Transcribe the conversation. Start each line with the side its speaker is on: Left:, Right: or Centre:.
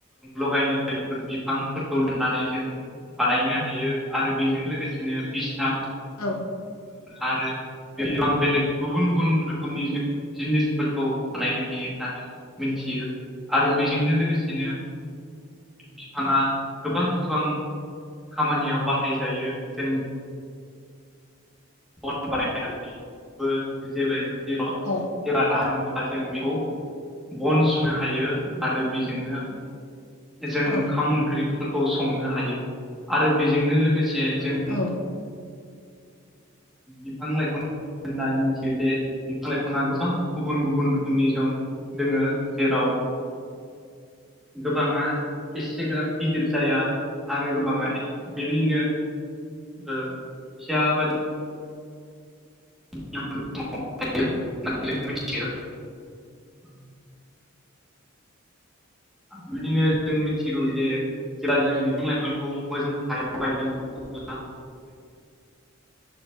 Centre: लगायनो थाखायफोर बिफांफोर खौ लुनानै जों बानायनो हायो। आरो बेजों लोगोसेनो बिसना
Left: औ
Centre: आरो बेलेग गुबुन -गुबुन रोखोमनि जों जिनिसफोरखौ बानायनो हायो होननानै मिथियो आरो बेजोंनो लोगोसेनो बिफाङा गोबां गोबां खामानियाव बाहाय जायो जों बन बानायनानैबो जेबो जेराव
Left: औ
Centre: जेब्ला रायो अब्ला जों बेखौ बन सुनो हायो आरो बेजोंनो जों
Left: औ
Centre: ओंखाम ओंख्रिफोरखौ संनो हायो आरो बेजोंनो लोगोसे जों
Left: औ
Centre: बिफां लाइफां होनना मिथियो जे बिफां लाइफाङा गोबां गुबुन गुबुन रोखोमनि जों दोङो जेराव गोबाङा एसेग्राब गिदिर जाया आरो गोबाङा बेबायदिनो ओ फिसा बायदि <unintelligible> आरो बिबायदिनो जों मिथिगौ जे जेब्ला जों बिफां लाइफांखौ मोजां हायाव गायगोन अब्ला